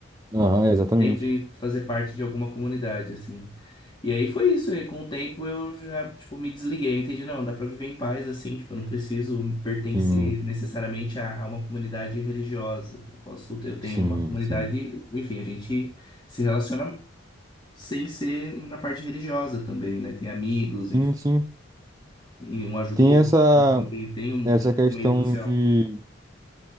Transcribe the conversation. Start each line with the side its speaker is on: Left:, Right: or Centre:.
Right: Aham, exatamente.
Left: Sempre fazer parte de alguma comunidade, assim. E aí foi isso. E com o tempo eu já, tipo, me desliguei. Eu entendi, não, dá pra viver em paz, assim. Tipo, eu não preciso pertencer
Right: Sim,
Left: necessariamente a, a uma comunidade religiosa. Eu posso, eu tenho
Right: sim,
Left: uma comunidade,
Right: sim.
Left: enfim, a gente se relaciona sem ser na parte religiosa também, né? Tem amigos,
Right: Sim, sim.
Left: E um ajuda
Right: Tem
Left: o outro.
Right: essa.
Left: né? E Tem, tem um
Right: Essa
Left: um
Right: questão
Left: meio social.
Right: de.